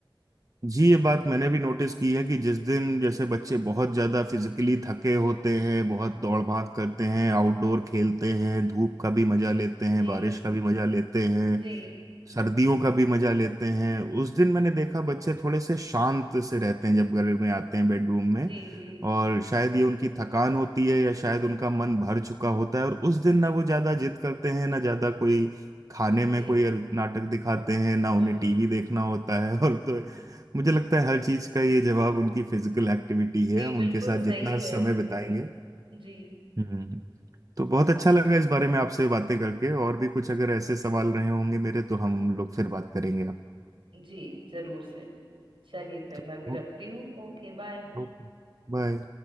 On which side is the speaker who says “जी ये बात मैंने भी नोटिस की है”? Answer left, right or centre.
Right